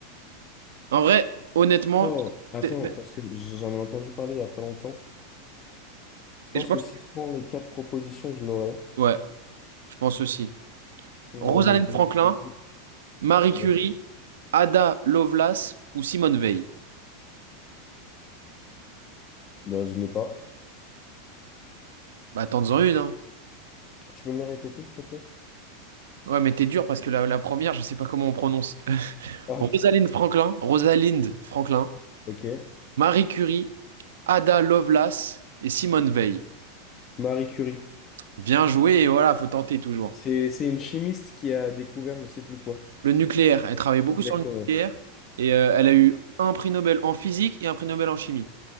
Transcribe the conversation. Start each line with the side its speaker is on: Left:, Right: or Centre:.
Right: En vrai, honnêtement,
Left: Oh, Attends,
Right: c'est-
Left: parce que j'en ai entendu parler il n'y a pas longtemps. Je pense
Right: et je pense
Left: que si je prends les quatre propositions, je l'aurai.
Right: que- ouais, je pense aussi.
Left: Euh,
Right: Rosalind
Left: mais je vais...
Right: Franklin, Marie
Left: Bon.
Right: Curie, Ada Lovelace ou Simone Veil.
Left: Bah, je ne l'ai pas.
Right: Bah, tente-en une, hein.
Left: Tu peux me les répéter, s'il te plaît?
Right: Ouais, mais t'es dur parce que la, la première, je sais pas comment on prononce. <laughs>
Left: Ah,
Right: Rosalind Franklin, Rosalind Franklin,
Left: ok.
Right: Marie Curie, Ada Lovelace et Simone Veil.
Left: Marie Curie.
Right: Bien joué, et voilà, faut tenter toujours.
Left: C'est, c'est une chimiste qui a découvert je sais plus quoi.
Right: Le nucléaire, elle travaille beaucoup
Left: Exactement.
Right: sur le nucléaire et euh, elle a eu un prix Nobel en physique et un prix Nobel en chimie.